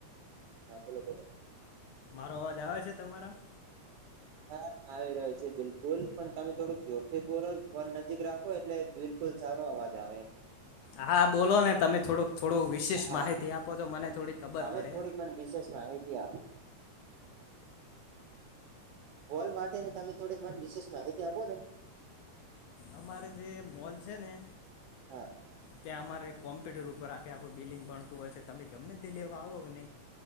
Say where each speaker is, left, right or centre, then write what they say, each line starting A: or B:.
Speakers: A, on the right (about 85°); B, on the left (about 80°).
A: હા બોલો બોલો.
B: મારો અવાજ આવે છે તમારામાં?
A: હા આવી રહ્યો છે બિલકુલ પણ તમે થોડુંક જોરથી બોલો ફોન નજીક રા ખો એટલે બિલકુલ સારો અવાજ આવે
B: હા બોલો ને તમે થોડુંક થોડુંક વિશેષ
A: હા
B: માહિતી આપો તો મને થોડી ખબર
A: તમે
B: પડે.
A: થોડીક મને વિશેષ માહિતી આપો હોલ માટે ને તમે થોડીક મને વિશેષ માહિતી આપો ને
B: અમારે જે મોલ છે ને
A: હા
B: ત્યાં અમારે કોમ્પ્યુટર ઉપર આખે આખું બિલ્ડિંગ ભણતું હોય છે તમે ગમે તે લેવા આવો કે ને